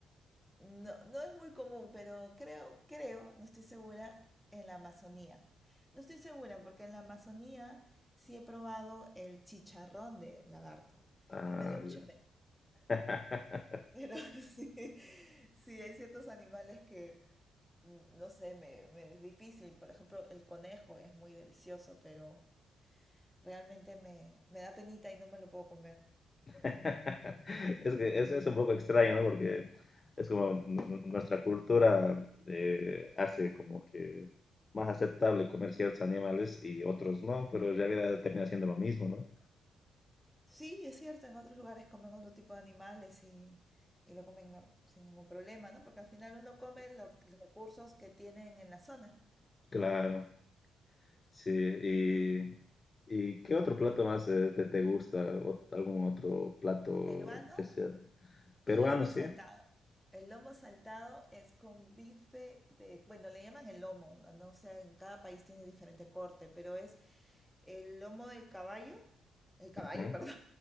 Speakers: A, in the centre; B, on the left (about 30°).
A: No, no es muy común, pero creo, creo, no estoy segura, en la Amazonía. No estoy segura porque en la Amazonía sí he probado el chicharrón de lagarto
B: Ah,
A: y me dio mucha
B: ya.
A: pena.
B: <laughs>
A: Pero <laughs> sí, sí, hay ciertos animales que, mm, no sé, me, me es difícil. Por ejemplo, el conejo es muy delicioso, pero realmente me, me da penita y no me lo puedo comer.
B: <laughs> Es que
A: Sí.
B: eso es un poco extraño, ¿no? Porque es como nu- nu- nuestra cultura eh, hace como que más aceptable comer ciertos animales y otros no, pero en realidad termina siendo lo mismo, ¿no?
A: Sí, es cierto, en otros lugares comen otro tipo de animales y, y lo comen nor- sin ningún problema, ¿no? Porque al final uno come lo- los recursos que tienen en la zona.
B: Claro, sí. ¿Y, y qué otro plato más eh, te, te gusta? ¿O ¿Algún otro plato
A: Peruano,
B: que sea peruano,
A: el lomo
B: sí?
A: saltado. El lomo saltado es con bife de, bueno, le llaman el lomo, no No sé, en cada país tiene diferente corte, pero es el lomo del caballo, el caballo,
B: Ujú.
A: <laughs> perdón,